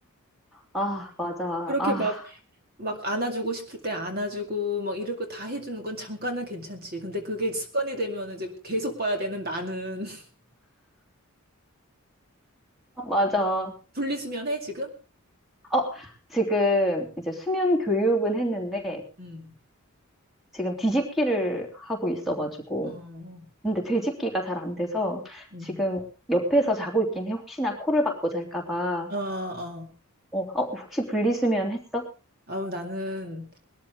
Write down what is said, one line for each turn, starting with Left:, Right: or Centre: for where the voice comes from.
Centre: 아, 맞아.
Right: 그렇게
Centre: 아,
Right: 막, 막 안아주고 싶을 때 안아주고, 막 이런 거 다 해주는 건 잠깐은 괜찮지. 근데 그게 습관이 되면 이제 계속 봐야 되는 나는. <laughs>
Centre: 맞아.
Right: 분리수면해, 지금?
Centre: 어, 지금 이제 수면 교육은 했는데
Right: 음.
Centre: 지금 뒤집기를 하고 있어가지고.
Right: 어.
Centre: 근데 뒤집기가 잘 안 돼서
Right: 음.
Centre: 지금 옆에서 자고 있긴 해. 혹시나 코를 박고 잘까 봐.
Right: 어, 어.
Centre: 어, 어, 혹시 분리수면 했어?
Right: 아우, 나는